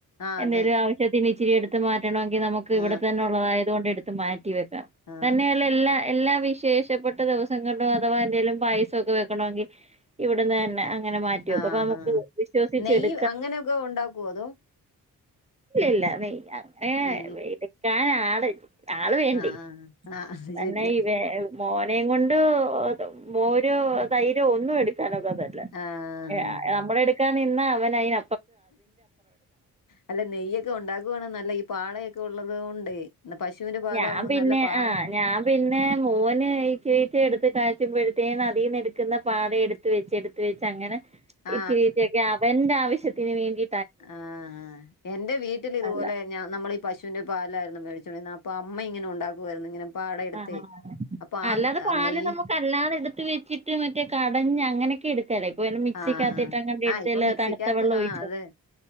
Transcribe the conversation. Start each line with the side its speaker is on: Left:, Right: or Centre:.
Left: ആ
Right: എന്തേലും
Left: അതെ
Right: ആവശ്യത്തിന് ഇച്ചിരി എടുത്ത് മാ റ്റണോങ്കി നമുക്ക്
Left: ആ
Right: ഇവിടെ തന്നെ ഉള്ളതായതൊണ്ട് എടുത്ത് മാറ്റി വെക്കാം
Left: ആ
Right: തന്നെയല്ലാ എല്ലാ എല്ലാ വിശേഷ് ഷപ്പെട്ട ദിവസങ്ങളിലോ അഥവാ എന്തേലും പായസവൊക്കെ വെക്കണോങ്കി ഇവിടുന്ന് തന്നെ അ ങ്ങനെ മാറ്റിവെക്കും
Left: ആ
Right: അപ്പോ നമുക്ക്
Left: ആ
Right: വിശ്വസിച്ചെട്
Left: നെയ്യ് അങ്ങനെയൊക്കെ ഉണ്ടാക്കുവോ അതോ
Right: ഇല്ല നെയ്യ് അങ്ങനേ
Left: നെയ്യ്
Right: വേടുക്കാൻ ആള് ആള് വേണ്ടേ
Left: ആ ആ ആ അത്
Right: തന്നെയ്‌
Left: ശരിയാ
Right: വേവ് മോനെയും കൊണ്ട് മോരോ തൈരോ ഒന്നും എടുക്കാനൊ <unintelligible>
Left: ആ
Right: ഏഹ്
Left: ആ ആ.
Right: അമ്മള് എടുക്കാൻ നിന്ന അവനയിന
Left: അല്ല നെയ്യൊക്കെ ഉണ്ടാക്കുവാണ് നല്ലെ ഈ പാളയൊക്കെ ഉള്ളത് കൊണ്ടേ ഇന്ന് പശുവിന്റെ പാലാകുമ്പോ
Right: ഞാൻ പിന്നെ
Left: നല്ല പാട
Right: ആഹ് ഞാൻ പിന്നെ മോന് ഇച്ചിരിയിച്ചെ എടുത്ത് കാ ച്ചുമ്പഴത്തേന് അതീന്നെടുക്കുന്ന പാട എടുത്ത് വെച്ച് എടുത്ത് വെച്ച് അങ്ങനെ
Left: ആ
Right: ഇച്ചിരിയിച്ചിരിയൊക്കെ അവന്റെ ആവശ്യത്തിന് വേണ്ടി
Left: ആഹ് എന്റെ വീട്ടിൽ ഇതുപോലെന്നെ
Right: അല്ല
Left: ഞ നമ്മളീ പശൂന്റെ പലായിരുന്നു മേടിച്ചോണ്ടിരുന്നേ അപ്പോ അമ്മ ഇങ്ങനെ ഉണ്ടാക്കുവായിരുന്നു ഇങ്ങനെ പാട എടുത്തേ
Right: ആഹ് ഹാ
Left: അപ്പൊ ആ
Right: അല്ലാതെ
Left: ആ
Right: പാല്
Left: നെയ്യ്
Right: നമ്മുക്ക് അല്ലാതെ എടുത്ത് വെച്ചിട്ട് മറ്റേ കടഞ്ഞ് അങ്ങനെ തെരക്ക് വരുമ്പോ മിക്സിക്കകത്തിട്ട്
Left: ആ ആ
Right: അങ്ങാണ്ട്
Left: ആ
Right: ഇടല്
Left: ഇപ്പൊ മിക്സിക്കകത്ത്
Right: തണുത്ത വെള്ളം ഒഴിച്ചോ
Left: ആ അതെ